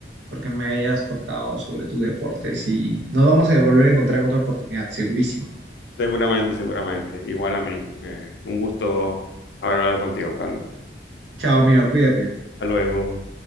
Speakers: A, on the right (about 85°); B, on the left (about 70°).
A: porque me hayas contado sobre tus deportes y nos vamos a volver a encontrar en otra oportunidad, segurísimo.
B: Seguramente, seguramente. Igual a mí. eh, un gusto haber hablado contigo, Carlos.
A: Chao, amigo, cuídate.
B: Hasta luego.